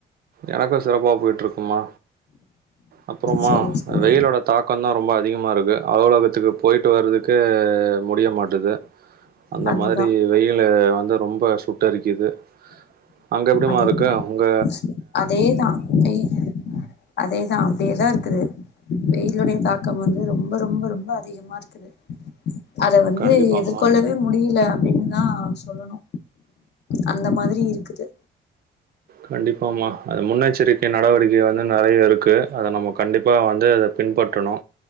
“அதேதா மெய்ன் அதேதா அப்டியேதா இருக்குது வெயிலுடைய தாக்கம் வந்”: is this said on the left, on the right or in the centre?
Left